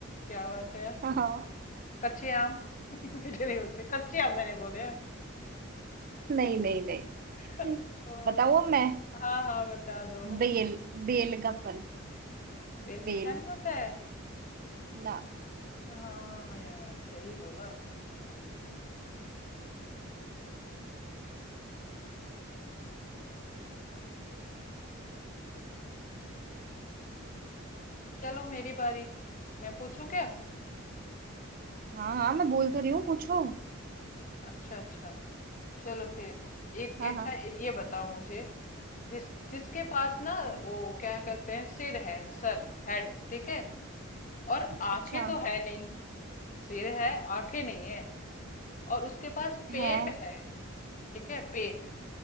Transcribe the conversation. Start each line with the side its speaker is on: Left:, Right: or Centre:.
Left: क्या बात है यार
Right: हाँ
Left: कच्चे आम <laughs> मीठे नहीं होते कच्चे आम मैंने बोले हैं
Right: नहीं नहीं नहीं
Left: <laughs> ओ,
Right: बताओ अब मैं
Left: हाँ हाँ बता दो
Right: बेल बेल का फल
Left: बेल मीठा
Right: बेल
Left: नहीं होता है
Right: ना
Left: हाँ यार सही बोला चलो मेरी बारी मैं पूछूं क्या
Right: हाँ हाँ मैं बोल तो रही हूँ पूछो
Left: अच्छा अच्छा चलो फिर एक
Right: हाँ
Left: अच्छा
Right: हाँ
Left: ये बताओ मुझे जिस जिसके पास ना वो क्या कहते हैं सिर है सर हेड ठीक है और आंखें
Right: अच्छा
Left: तो है नहीं सिर है आंखें नहीं है और उसके पास
Right: है
Left: पेट है ठीक है पेट